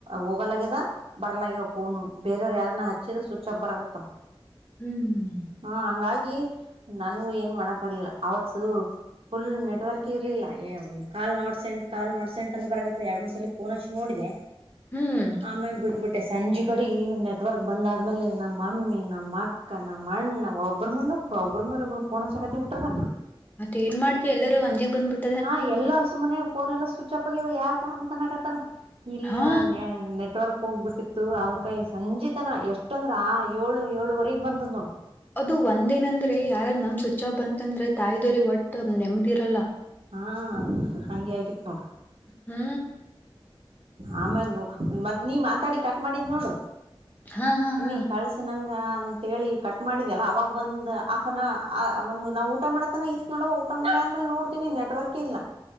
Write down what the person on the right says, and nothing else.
ಹೋಗಲಾಗ್ಯದ ಬರ್ಲಗ್ಯವ ಫೋನು ಬೇರೇವ್ರ ಯಾರನ ಹಚ್ಚಿದ್ರ ಸ್ವಿಚ್ ಆಫ ಬರಾಕತ್ತಾವ್.
ಹಾ ಹಂಗಾಗಿ ನನ್ಗು ಏನ್ ಮಾಡಕ್ ಆಗ್ಲಿಲ್ಲ ಅವತ್ತು ಫುಲ್ ನೆಟ್ವರ್ಕೇ ಇರ್ಲಿಲ್ಲ call not sent call not sent ಅಂತ ಬರಾಕತ್ತಿತ್ತ ಎರಡು ಮೂರ್ ಸಲಿ ಫೋನ್ ಹಚ್ಚಿ ನೋಡಿದೆ.
ಆಮ್ಯಾಗ ಬಿಟ್ಬಿಟ್ ಸಂಜೀಕಡಿ ನೆಟ್ವರ್ಕ್ ಬಂದಾದ್ಮೇಲೆ ನಮ್ಮ ಮಮ್ಮಿ, ನಮ್ಮ ಅಕ್ಕ, ನಮ್ಮ ಅಣ್ಣ, ಒಬ್ರ ಮೇಲೆೊಬ್ಬ್ರ, ಒಬ್ರ ಮೇಲೆೊಬ್ಬ್ರ ಫೋನ್ ಹಚ್ಚಾಕತ್ತಿ ಬಿಟ್ಟರ.
ಹಾ ಎಲ್ಲಾ ಮನ್ಯಾಗ ಫೋನ್ ಎಲ್ಲ ಸ್ವಿಚ್ ಅಪ್ ಆಗ್ಯಾವ ಯಾಕ ಅಂತನ್ನಾಕತ್ತಾರ. ಇಲ್ಲ
ನೆ ನೆಟ್ವರ್ ಹೋಗ್ಬಿಟ್ಟಿತ್ತು ಅವ್ಕಾಯ ಸಂಜಿತನ ಎಷ್ಟ ಅಂದ್ರ ಆ ಏಳು ಏಳುವರೆಗೆ ಬಂದದ್ ನೋಡು.
ಹಾ ಹಂಗೆ ಆಗಿತ್ತ್ ನೋಡ.
ಆಮೇನ್ ನೋ, ಮತ್ ನೀ ಮಾತಾಡಿ ಕಟ್ ಮಾಡಿದ್ನೋಡ.
ನೀ ಕಳಸ ನನ್ಗ್ ಅಂತೇಳಿ ಕಟ್ ಮಾಡಿದೆಲ್ಲ ಅವಾಗ ಒಂದ್ ಹಾಫ್ ಆನ್ ಆರ್ ಒಂದು ನಾವ್ ಊಟ ಮಾಡತನ ಇತ್ ನೋಡವ ಊ ಟ ಮಾಡಿ ಆದ್ಮೇಲೆ ನೋಡ್ತೀನಿ ನೆಟ್ವರ್ಕ್ ಇಲ್ಲ.